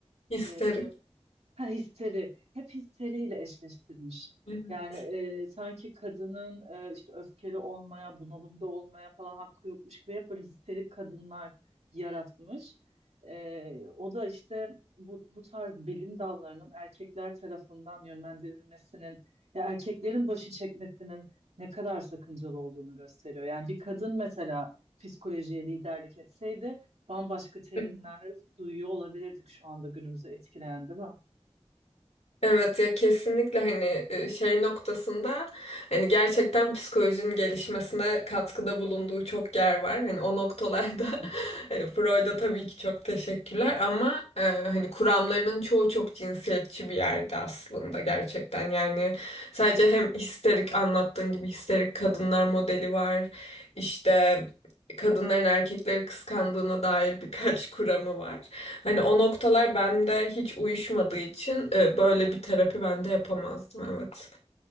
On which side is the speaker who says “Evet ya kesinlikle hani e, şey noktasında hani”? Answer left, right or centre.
Left